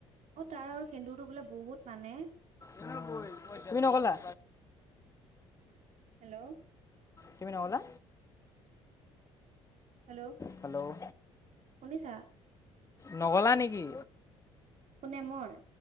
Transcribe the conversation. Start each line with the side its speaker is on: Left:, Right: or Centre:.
Right: অ তাৰ আৰু সেন্দুৰটো বোলে বহুত মানে
Left: উম তুমি নগলা
Right: হেল্ল'
Left: তুমি নগলা
Right: হেল্ল'
Left: হেল্ল'
Right: শুনিছা
Left: নগ'লা নেকি
Right: কোনে মই